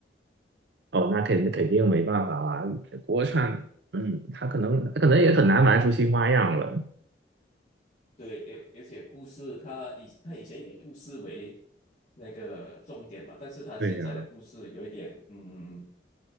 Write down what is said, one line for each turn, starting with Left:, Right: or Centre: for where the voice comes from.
Right: 哦，那肯肯定没办法啊。国产，嗯，他可能他可能也很难玩出新花样了。
Left: 对，而而且故事它以它以前以故事为那个重点嘛，但是它现在的故事有一点嗯
Right: 对呀，